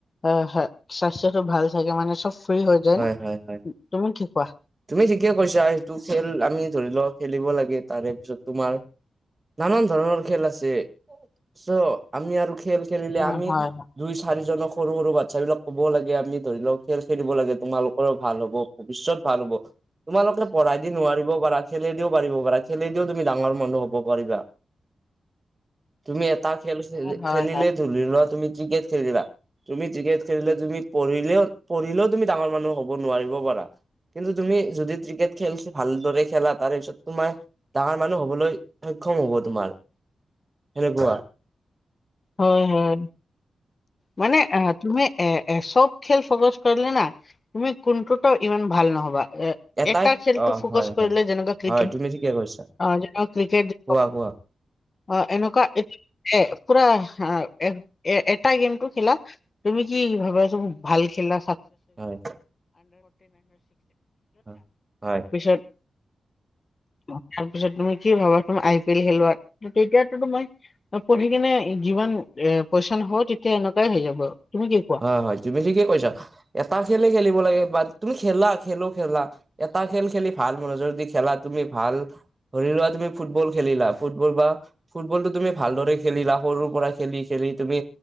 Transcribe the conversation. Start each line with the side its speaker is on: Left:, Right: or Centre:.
Left: হয়, হয় স্বাস্থ্যটো ভাল থাকে মানে চব ফ্ৰ্ৰী হৈ যায়
Right: হয়
Left: ন
Right: হয় হয়
Left: তুমি কি কোৱা।
Right: তুমি ঠিকে কৈছা সেইটো খেল আমি ধৰি লও খেলিব লাগে তাৰে পিছত তোমাৰ। নানান ধৰণৰ খেল আছে চ আমি আৰু খেল। খেলিলে
Left: অ,
Right: আমি
Left: হয় হয়
Right: দুই চাৰিজনক সৰু সৰু বাচ্ছা বিলাক ক'ব লাগে আমি ধৰি লওক খেল খেলিব লাগে। তোমালোকৰো ভাল হ'ব ভৱিষ্যত ভাল হ'ব তোমালোকে পঢ়াই দি নোৱাৰিব পাৰা, খেলি পাৰিব পাৰা খেলেদিও তুমি ডাঙৰ মানুহ হ'ব পাৰিবা। তুমি এটা খেল খ,
Left: হয় হয়
Right: খেলিলে ধৰিল লোৱা তুমি। ক্ৰিকেট খেলিলা, তুমি ক্ৰিকেট খেলিলে তুমি পঢ়িলে-পঢ়িলেও তুমি ডাঙৰ মানুহ হ'ব নোৱাৰিব, পাৰা কিন্তু তুমি যদি ক্ৰিকেট খেলছ ভালদৰে খেলা তাৰ পিছত তোমাৰ ডাঙৰ মানুহ হব'লৈ সক্ষম হ'ব তোমাৰ সেনেকুৱা।
Left: হয়, হয়। মানে অ, তুমি এ চব খেল ফকচ কৰিলে না। তুমি কোনটোতও ইমান ভাল নহ'বা এ
Right: এটাই
Left: এটা খেলটো
Right: অ
Left: ফকচ
Right: হয়
Left: কৰিলে
Right: হয়
Left: যেনেকুৱা ক্ৰিকেট
Right: হয় তুমি ঠিকে কৈছা
Left: অ, যেক ক্ৰিকেট
Right: কোৱা কোৱা
Left: অ, এনেকুৱা <unintelligible> পুৰা এ, এ এটা গেম টো খেলা তুমি কি ভাব চ, ভাল খেলা
Right: হয় হয় হয়।
Left: <unintelligible> তাৰ পিছত তুমি কি ভাবা তুমি আই, পি, এল, খেলোৱাত তেতিয়াতো তোতোমই পঢ়ি কেনে যিমান এ, পইচন হ তেতিয়া এনেকুৱাই হৈ যাব তুমি কি কোৱা?
Right: হয় হয়, তুমি ঠিকে কি কৈছা। এটা খেলে খেলিব লাগে বা তুমি খেলা, খেলো খেলা এটা খেল খেলি ভাল মনুযোগ খেলা তুমি ভাল ধৰিলোৱা তুমি। ফুটবল খেলিলা, ফুটবল বা ফুটবলটো তুমি ভালদৰে খেলিলা সৰুৰ পৰা খেলি খেলি তুমি